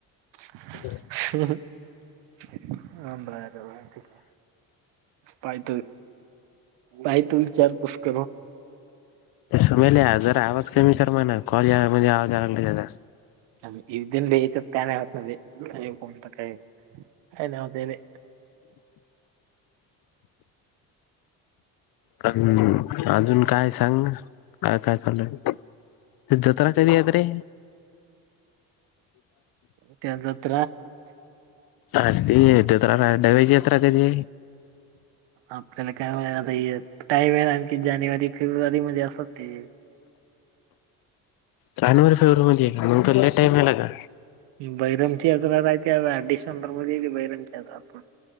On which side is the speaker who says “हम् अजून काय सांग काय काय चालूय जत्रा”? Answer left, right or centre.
Left